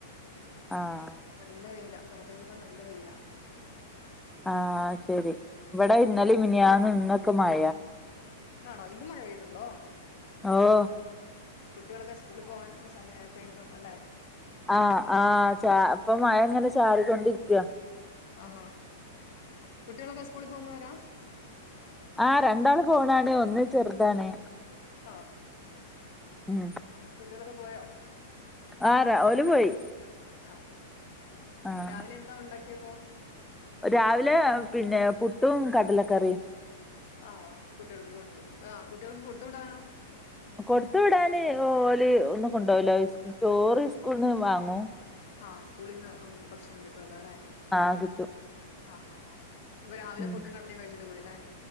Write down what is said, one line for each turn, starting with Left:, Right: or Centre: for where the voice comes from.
Centre: ആഹ്
Left: നല്ല വെയില പുറത്തേക്കൊക്കെ നല്ല വെയില
Centre: ആഹ ശരി ഇവിടെ ഇന്നലെ മിനിയാന്ന് ഇന്നൊക്കെ മഴ
Left: ആണോ ഇന്ത് മഴ പെയ്യതുണ്ടോ
Centre: ഓഹ്
Left: കുട്ടികളൊക്കെ സ്കൂളിൽ പോകൻ സമയപ്പോ ഇന്നും അല്ലെ
Centre: ആഹ് ആഹ് പ്പൊ മഴ ഇങ്ങനെ ചാറിക്കൊണ്ടിരിക്ക
Left: ആഹാ കുട്ടികളൊക്കെ സ്കൂളിൽ പോകുന്നവരാ
Centre: ആഹ് രണ്ടാള് പോണാണ് ഒന്ന് ചെറുതാണ്
Left: ആഹ്
Centre: ഉം
Left: കുട്ടികളൊക്കെ പോയോ
Centre: ആഹ് രാവിലെ പോയി
Left: ആഹാ
Centre: ആഹ്
Left: രാവിലെ എന്താ ഉണ്ടാക്കിയപ്പോ
Centre: രാവിലെ പിന്നെ പുട്ടും കടലക്കറിയും
Left: ആ കുട്ടികൾക്ക് കൊടുത്തു ആ കുട്ടികൾക്ക് കൊടുത്തു വിടാനോ
Centre: കൊടുത്തു വിടാന് ഓല് ഒന്നും കൊണ്ടു പോകുല ചോറ് സ്കൂളിൽ നിന്ന് വാങ്ങൂം
Left: ആഹ് സ്കൂളിൽന്ന് ഭക്ഷണം കിട്ടുവല്ലോ അല്ലെ
Centre: ആഹ് കിട്ടും
Left: ആഹ് ആഹ് ആഹ് അപ്പൊ രാവിലെ
Centre: ഉം
Left: പുട്ടും കടലേ കഴിച്ചിട്ട് പോയല്ലേ